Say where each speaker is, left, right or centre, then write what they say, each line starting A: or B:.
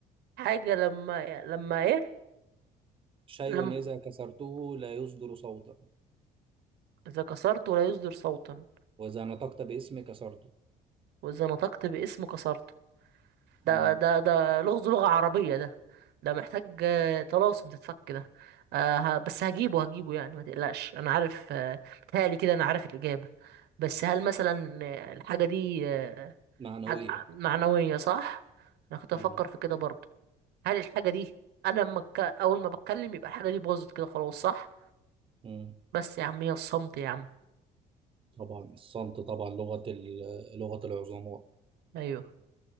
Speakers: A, on the right; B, on the right.
A: حاجة لما لما ايه
B: شيء
A: لما
B: اذا كسرته لا يصدر صوتا
A: إذا كسرته لا يصدر صوتا
B: واذا نطقت باسمه كسرته
A: وإذا نطقت باسم كسرته ده
B: مم.
A: ده ده لغز لغة عربية ده ده محتاج آه، طلاسم تتفك ده آه ه- بس هجيبه هجيبه يعني ما تقلقش أنا عارف آه، متهيألي كده أنا عارف الإجابة بس هل مثلا آه، الحاجة دي آه،
B: معنويه
A: حاجة معنوية صح؟ أنا كنت
B: مم.
A: أفكر في كده برضه هل الحاجة دي أنا لما اتك- أول ما بتكلم يبقى الحاجة دي باظت كده خلاص صح
B: مم.
A: بس يا عم هي الصمت يا عم
B: طبعا الصمت طبعا لغه ال- لغه العظماء
A: أيوه